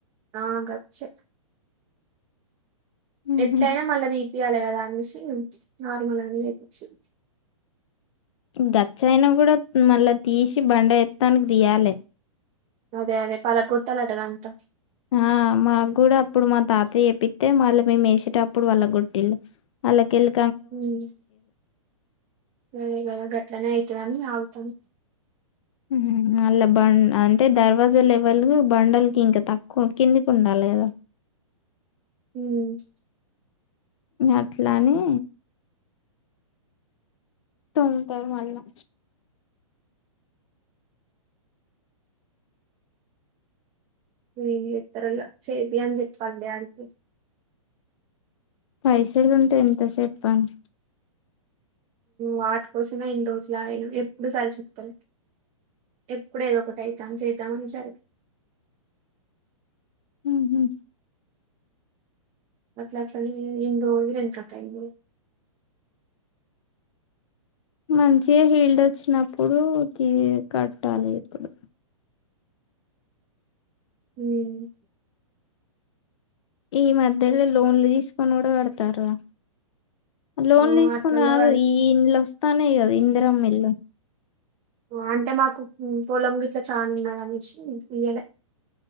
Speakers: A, on the right; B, on the left.
A: ఆ గచ్చే
B: ఉహు
A: ఎట్లైనా మళ్ళ ది తీయలే కదానేసి నార్మల్ గానె లేపిచ్చినం
B: గచైన గూడా మళ్ళా తీసి బండేత్తానికి తీయాలె
A: అదే అదే పాలగొట్టాలంట కదా అంతా
B: ఆ మాగూడా అప్పుడు మా తాత చేపితే మల్ల మేమేసేటప్పుడు పలగొట్టిలు అల్లాకెళ్లి
A: మ్ గదే గదే గట్లనే అయితదని ఆగు తం
B: మ్ మల్ల బం అంటే దర్వాజ లెవల్ బండలకి ఇంకా తక్కువ కిందికుండాలి కదా
A: మ్
B: అట్లనీ తొంతర్ మళ్ళా
A: ఏమ్ చెత్తరో ఇగ చేపియనీ చెప్పాల్ డాడీ
B: పైసలుంటే ఎంతసేపనీ
A: వాటి కోసమే ఇన్ని రోజులు ఆగినం ఎప్పుడు కలిసొత్తలే ఎప్పుడేదోకటైతాంది చేద్దామనేసర్కి
B: మ్ హు
A: అట్లట్లనే ఇన్ని రోజులు ఎనుకయ్యింది ఇగ
B: మంచిగా హీల్దోచినప్పుడూ కి కట్టాలిప్పుడు
A: మ్
B: ఈ మధ్యల లోన్లు తీసుకొని గుడా కడుతర్రుగా లోన్లు
A: ఆ
B: తీసుకొని
A: అట్లా కూడా
B: కాదు
A: కడుతుంది
B: ఈ ఇండ్లోస్తాన్నయి కదా ఇంద్రమ్మిండ్లు
A: మ్ అంటే మాకు పొలం గిట్ల చానున్నదనేశి ఇయ్యలే